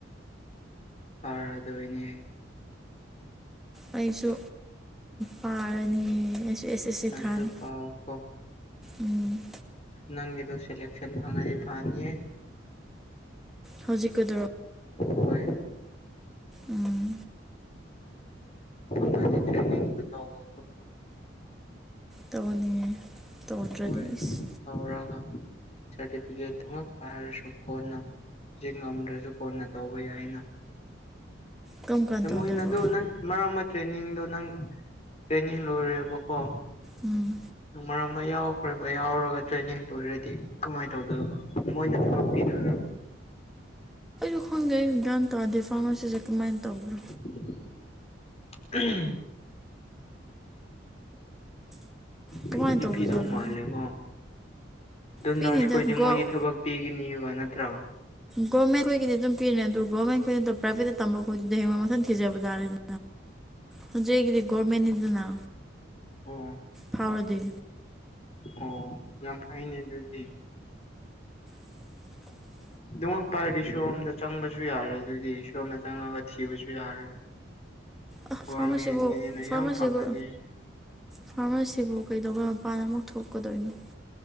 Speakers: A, on the left; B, in the centre.
A: ꯐꯥꯔꯗꯣꯏꯅꯦ
B: ꯑꯩꯁꯨ ꯄꯥꯔꯅꯤ ꯑꯩꯁꯨ ꯑꯦꯁ ꯑꯦꯁ ꯁꯤ
A: ꯅꯪꯁꯨ
B: ꯊꯥꯅꯤ
A: ꯄꯥꯎ ꯀꯣ
B: ꯎꯝ
A: ꯅꯪꯗꯣ ꯁꯦꯂꯁꯟ ꯐꯪꯉꯗꯤ ꯐꯅꯤꯌꯦ
B: ꯍꯧꯖꯤꯛꯀꯗꯣ
A: ꯍꯣꯏ
B: ꯎꯝ
A: ꯐꯗꯤ ꯇ꯭ꯔꯅꯤꯡ ꯇꯣꯏꯗꯣ
B: ꯇꯧꯅꯤꯌꯦ ꯇꯧꯗ꯭ꯔꯗꯤ
A: ꯍꯣꯏ
B: ꯏꯁ
A: ꯇꯧꯔꯒ ꯁꯥꯔꯇꯤꯐꯤꯀꯦꯠꯇꯨ ꯉ ꯄꯥꯏꯔꯁꯨ ꯀꯣꯟꯅ ꯍꯧꯖꯤꯛ ꯉꯝꯗ꯭ꯔꯁꯨ ꯀꯣꯟꯅ ꯇꯧꯕ ꯌꯥꯏꯅ
B: ꯀꯔꯝ ꯀꯥꯟ ꯇꯧꯗꯣꯏꯕꯣ
A: ꯃꯣꯅ ꯑꯗꯨ ꯅꯪ ꯃꯔꯛ ꯑꯃ ꯇ꯭ꯔꯦꯅꯤꯡꯗꯣ ꯅꯪ ꯇ꯭ꯔꯦꯅꯤꯡ ꯂꯣꯏꯔꯦꯕꯀꯣ
B: ꯎꯝ
A: ꯃꯔꯝ ꯑꯃ ꯌꯥꯎꯈ꯭ꯔꯦꯕ ꯌꯥꯎꯔꯒ ꯇ꯭ꯔꯦꯅꯤꯡ ꯂ ꯑꯣꯏꯔꯗꯤ ꯀꯃꯥꯏꯅ ꯇꯧꯗꯣꯏ ꯃꯣꯏꯅ ꯊꯕꯛ ꯄꯤꯗꯣꯏ
B: ꯑꯩꯈꯪꯒꯩ ꯒ꯭ꯌꯥꯟ ꯇꯥꯔꯗꯤ ꯐꯥꯔꯃꯥꯁꯤꯁꯦ ꯀꯃꯥꯏꯅ ꯇꯧꯕ꯭ꯔꯣ
A: <unintelligible>
B: ꯀꯃꯥꯏꯅ
A: ꯄꯤꯗꯤ
B: ꯇꯧꯕꯖꯥꯠꯅꯣ
A: ꯄꯤꯗꯧ ꯃꯥꯜꯂꯦꯀꯣ ꯑꯗꯨ
B: ꯄꯤꯅꯤꯗ
A: ꯅꯔꯁ ꯈꯣꯏꯗꯤ
B: ꯒꯣ
A: ꯃꯣꯏꯗꯤ ꯊꯕꯛ ꯄꯤꯒꯅꯦꯕ ꯅꯠꯇ꯭ꯔꯥ
B: ꯒꯣꯔꯃꯦꯟ ꯈꯣꯏꯒꯤꯗꯤ ꯑꯗꯨꯝ ꯄꯤꯔꯦ ꯑꯗꯨ ꯒꯣꯔꯃꯦꯟꯈꯣꯏꯅ ꯄ꯭ꯔꯥꯏꯚꯦꯠꯇ ꯇꯝꯕꯈꯣꯏꯗꯤ ꯍꯌꯦꯉ ꯃꯊꯟ ꯊꯤꯖꯕ ꯇꯥꯔꯦꯗꯤ ꯅꯗ꯭ꯔꯦ ꯍꯦꯒꯗꯤ ꯒꯔꯃꯦꯟ ꯏꯅ
A: ꯑꯣ
B: ꯐꯥꯎꯔꯗꯤ
A: ꯑꯣ ꯌꯥꯝ ꯐꯩꯅꯦ ꯑꯗꯨꯗꯤ
B: <inaudible>
A: ꯑꯗꯨꯝꯃꯛꯄꯥꯏ ꯍꯥꯏꯔꯗꯤ ꯁꯣꯔꯣꯝꯗ ꯆꯪꯕꯁꯨ ꯌꯥꯔꯦ ꯑꯗꯨꯗꯤ ꯁꯣꯝꯗ ꯆꯪꯉꯒ ꯊꯤꯕꯁꯨ ꯌꯥꯔꯦ
B: ꯑ
A: ꯒꯣꯔꯃꯦꯟꯒꯤꯅꯤꯅ
B: ꯐꯔꯃꯥꯁꯤꯕꯨ ꯐꯔꯃꯥꯁꯤꯒ
A: ꯌꯥꯝ ꯐꯪꯒꯅꯤ
B: ꯐꯥꯔꯃꯥꯁꯤꯕꯨ ꯀꯩꯗꯧꯕꯩ ꯃꯄꯥꯟꯗ ꯑꯃꯨꯛ ꯊꯣꯛꯀꯗꯣꯏꯅꯣ